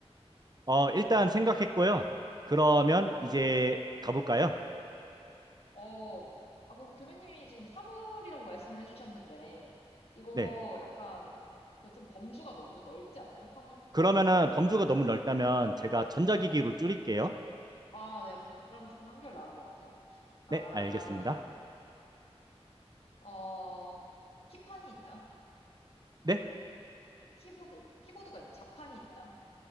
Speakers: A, on the right (about 40°); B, on the left (about 65°).
A: 어, 일단 생각했고요. 그러면 이제 가볼까요?
B: 어, 아, 그리고 교수님이 지금 사물이라고 말씀을 해주셨는데, 이거
A: 네.
B: 약간 그좀 범주가 너무 넓지 않나요? 사물?
A: 그러면은 범주가 너무 넓다면 제가 전자기기로
B: 네.
A: 줄일게요.
B: 아, 네. 그럼, 그럼 조금 한결 나을 것 같아요. 아,
A: 네, 알겠습니다.
B: 어, 키판이 있나요?
A: 네,
B: 키보드. 키보드가 있나요? 자판이 있나요?